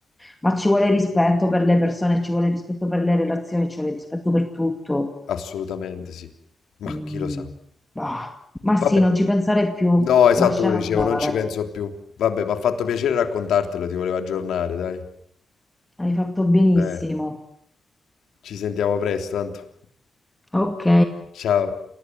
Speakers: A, in the centre; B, on the left.
A: Ma ci vuole rispetto per le persone, ci vuole rispetto per le relazioni, ci vuole rispetto per tutto.
B: Assolutamente sì. Ma
A: Mm,
B: chi lo sa.
A: bah. Ma sì,
B: Vabbè.
A: non ci pensare più,
B: No, esatto,
A: lasciala
B: quello dicevo,
A: andare.
B: non ci penso più. Vabbè, mi ha fatto piacere raccontartelo, ti volevo aggiornare, dai.
A: Hai fatto benissimo.
B: Eh, ci sentiamo presto, tanto.
A: Ok.
B: Ciao.